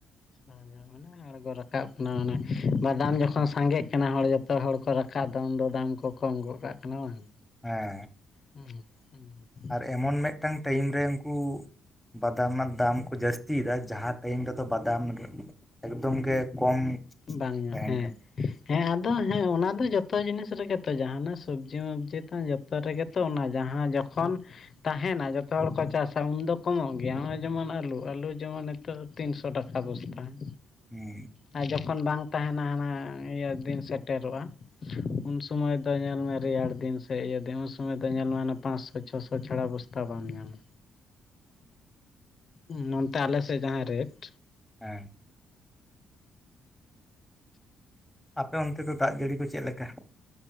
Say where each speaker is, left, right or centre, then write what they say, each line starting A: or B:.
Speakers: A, on the left; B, in the centre.
A: ᱪᱷᱚ ᱦᱟᱡᱟᱨ ᱢᱟᱱᱮ ᱟᱲᱜᱚ ᱨᱟᱠᱟᱵ ᱠᱟᱱᱟ ᱚᱱᱮ ᱵᱟᱫᱟᱢ ᱡᱚᱠᱷᱚᱱ ᱥᱟᱸᱜᱮ ᱠᱟᱱᱟ ᱦᱚᱲ ᱡᱚᱛᱚ ᱦᱚᱲ ᱠᱚ ᱨᱟᱠᱟᱵ ᱫᱚ ᱩᱱ ᱫᱚ ᱫᱟᱢ ᱠᱚ ᱠᱚᱢ ᱜᱚᱜ ᱠᱟᱜ ᱠᱟᱱᱟ ᱵᱟᱝ?
B: ᱦᱮᱸ ᱾
A: ᱦᱩᱸ ᱦᱩᱸ ᱦᱩᱸ᱾
B: ᱟᱨ ᱮᱢᱚᱱ ᱢᱤᱫᱴᱟᱝ ᱴᱟᱭᱤᱢ ᱨᱮ ᱩᱱᱠᱩ, ᱵᱟᱫᱟᱢ ᱨᱮᱱᱟᱜ ᱫᱟᱢ ᱠᱚ ᱡᱟᱹᱥᱛᱤᱭᱮᱫᱟ᱾ ᱡᱟᱦᱟᱸ ᱴᱟᱭᱤᱢ ᱨᱮᱫᱚ ᱵᱟᱫᱟᱢ ᱮᱠᱫᱚᱢ ᱜᱮ ᱠᱚᱢ
A: ᱵᱟᱝ ᱧᱚᱜ
B: ᱛᱟᱦᱮᱸᱱ
A: ᱦᱮᱸ
B: ᱠᱟᱱᱟ ᱾
A: ᱦᱮᱸ ᱟᱫᱚ ᱦᱮᱸ ᱚᱱᱟ ᱫᱚ ᱡᱚᱛᱚ ᱡᱤᱱᱤᱥ ᱨᱮᱜᱮ ᱛᱚ ᱡᱟᱦᱟᱸᱱᱟᱜ ᱥᱚᱵᱡᱤ ᱢᱚᱵᱡᱤ ᱛᱚ ᱡᱚ ᱛᱚ ᱨᱮᱜᱮ ᱛᱚ ᱚᱱᱟ ᱡᱟᱦᱟᱸ ᱡᱚᱠᱷᱚᱱ ᱛᱟᱦᱮᱸᱱᱟ ᱡᱚᱛᱚ ᱦᱚᱲ ᱠᱚ ᱪᱟᱥᱟ ᱩᱱᱫᱚ ᱠᱚᱢᱚᱜ ᱜᱮᱭᱟ, ᱦᱚᱸᱜᱼᱚᱭ ᱡᱮᱢᱚᱱ ᱟᱹᱞᱩ ᱟᱹᱞᱩ ᱡᱮᱢᱚᱱ ᱛᱚ ᱛᱤᱱᱥᱚ ᱴᱟᱠᱟ ᱵᱚᱥᱛᱟ ᱾
B: ᱦᱩᱸ ᱾
A: ᱟᱨ ᱡᱚᱠᱷᱚᱱ ᱵᱟᱝ ᱛᱟᱦᱮᱸᱱᱟ ᱦᱟᱱᱟ ᱤᱭᱟᱹ ᱫᱤᱱ ᱥᱮᱴᱮᱨᱚᱜᱼᱟ, ᱩᱱ ᱥᱚᱢᱚᱭ ᱫᱚ ᱧᱮᱞᱢᱮ ᱨᱮᱭᱟᱲ ᱫᱤᱱ ᱥᱮ ᱤᱭᱟᱹ ᱫᱤᱱ ᱩᱱ ᱥᱚᱢᱚᱭ ᱫᱚ ᱧᱮᱞᱢᱮ ᱚᱱᱟ ᱯᱟᱸᱪᱥᱚ ᱪᱷᱚᱥᱚ ᱪᱷᱟᱲᱟ ᱵᱚᱥᱛᱟ ᱵᱟᱢ ᱧᱟᱢᱟ᱾ ᱦᱩᱸ ᱱᱚᱱᱛᱮ ᱟᱞᱮ ᱥᱮᱫ ᱡᱟᱦᱟᱸ ᱨᱮᱴ,
B: ᱦᱮᱸ ᱾ ᱟᱯᱮ ᱚᱱᱛᱮ ᱫᱚ ᱫᱟᱜ ᱡᱟᱹᱲᱤ ᱠᱚ ᱪᱮᱫ ᱞᱮᱠᱟ?